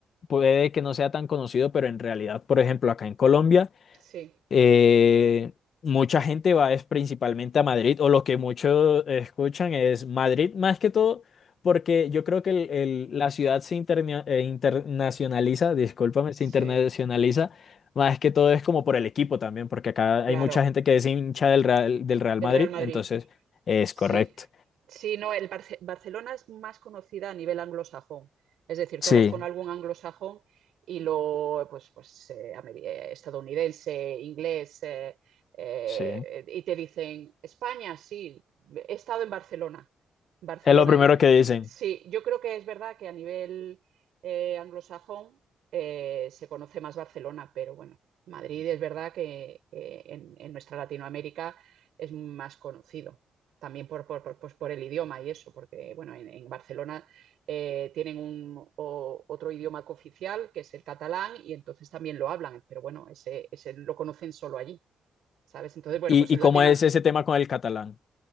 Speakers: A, on the left (about 45°); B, on the right (about 85°).
A: puede que no sea tan conocido, pero en realidad, por ejemplo, acá en Colombia.
B: sí,
A: Eh, mucha gente va es principalmente a Madrid, o lo que muchos escuchan es Madrid, más que todo, porque yo creo que el- el- la ciudad se interna- eh, internacionaliza, discúlpame,
B: sí,
A: se internacionaliza, más que todo es como por el equipo también, porque acá
B: claro,
A: hay mucha gente que es hincha del Real, del Real
B: del
A: Madrid,
B: Real Madrid.
A: entonces es
B: Sí,
A: correcto.
B: sí, no, el Barce- Barcelona es más conocida a nivel anglosajón, es decir,
A: Sí,
B: todas las con algún anglosajón y lo, pues, pues eh, ameri- eh, estadounidense, inglés, eh, eh,
A: sí.
B: y te dicen, España, sí, he estado en Barcelona, Barcelona,
A: Es lo primero
B: y
A: que dicen.
B: sí, yo creo que es verdad que a nivel eh, anglosajón eh, se conoce más Barcelona, pero bueno, Madrid es verdad que eh, en en nuestra Latinoamérica es más conocido también por, por, por, pues por, el idioma y eso, porque bueno, en, en Barcelona eh, tienen un, o, otro idioma cooficial que es el catalán y entonces también lo hablan, pero bueno, ese, ese lo conocen solo allí, ¿sabes? Entonces, bueno,
A: ¿Y,
B: pues en
A: y
B: Latino,
A: cómo es ese tema con el catalán?